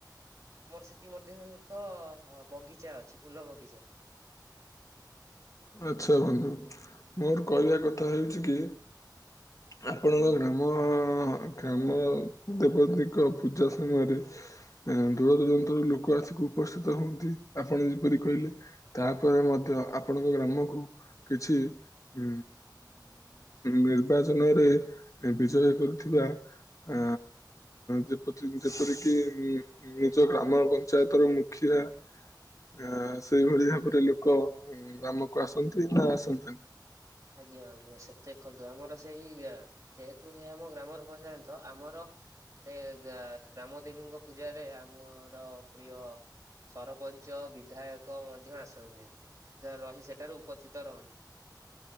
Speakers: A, on the right; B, on the left.
A: ଆମର ସେଠି ମଧ୍ୟ ଏକ ବଗିଚା ଅଛି ଫୁଲ ବଗିଚା। <inaudible>
B: ଆଚ୍ଛା ବନ୍ଧୁ ମୋର କହିବା କଥା ହେଉଛି କି। ଆପଣଙ୍କ ଗ୍ରାମ ଗ୍ରାମ ଦେବତୀଙ୍କ ପୂଜା ସମୟରେ ଦୂର ଦୂରାନ୍ତରୁ ଲୋକ ଆସିକି ଉପସ୍ଥିତ ହୁଅନ୍ତି, ଆପଣ ଯେପରି କହିଲେ। ତାପରେ
A: ଆଜ୍ଞା।
B: ମଧ୍ୟ ଆପଣଙ୍କ ଗ୍ରାମକୁ କିଛି ଉ ନିର୍ବାଚନରେ ବିଜୟ କରଥିବା ଆ ଯେପ ଯେପରିକି ନିଜ ଗ୍ରାମ ପଞ୍ଚାୟତର ମୁଖିଆ ଆ ସେଇଭଳି ଭାବରେ ଲୋକ ହଁ ଆମକୁ ଆସନ୍ତୁ ନା ଆସନ୍ତିନି?
A: ଆଜ୍ଞା ସେତ ଦେଖନ୍ତୁ ଆମର ସେଇ ଯେହେତୁ ସେ ଆମ ଗ୍ରାମର ପଞ୍ଚାୟନ୍ତ ଆମର ସେ ଗ୍ରାମ ଦେବୀଙ୍କ ପୂଜାରେ ଆମର ପ୍ରିୟ ସରପଞ୍ଚ ବିଧାୟକ ମଧ୍ୟ ଆସନ୍ତି। ଯାହା ରହି ସେଠାରୁ ଉପସ୍ଥିତ ରହନ୍ତି।